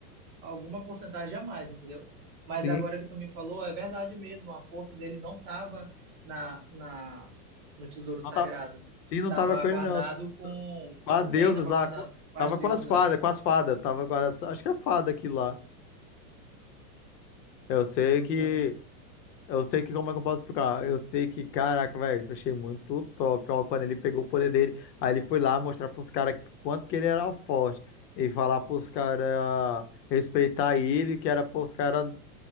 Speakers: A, on the right (about 25°); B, on the left (about 85°).
A: alguma porcentagem a mais, entendeu? Mas
B: Sim,
A: agora que tu me falou, é verdade mesmo, a força dele não estava na, na, no tesouro sagrado.
B: não tava, sim, não
A: Estava
B: tava com
A: guardado
B: ele não.
A: com.
B: Com as
A: Com
B: deusas
A: quem estava
B: lá,
A: guardado?
B: co-
A: Com
B: tava
A: as deusas,
B: com as fadas,
A: né?
B: com as fadas, tava com as, acho que é fada aquilo lá. Eu sei
A: Uhum.
B: que Eu sei que como é que eu posso explicar? Eu sei que, caraca, velho, achei muito top. Ó, quando ele pegou o poder dele, aí ele foi lá mostrar pros caras quanto que ele era forte. E falar pros caras respeitar ele, que era pros caras